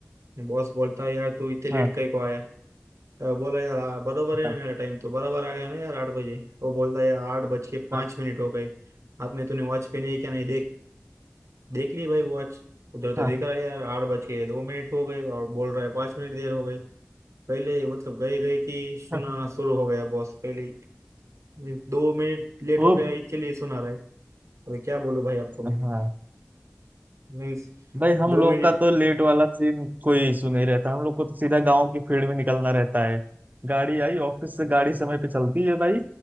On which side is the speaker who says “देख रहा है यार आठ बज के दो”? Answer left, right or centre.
Right